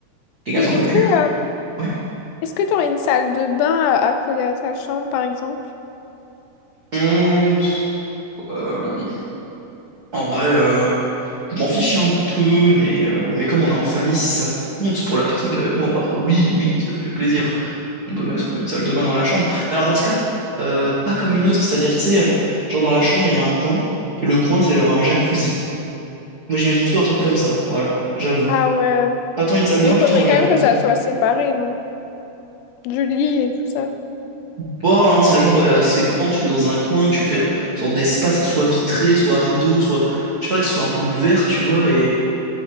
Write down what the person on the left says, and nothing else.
Et
est-ce que, euh,
est-ce que t'aurais une salle de bain à, à coller à ta chambre, par exemple?
Ah ouais.
Mais
il
faudrait
quand
même que ça soit séparé, non? Du lit et tout ça.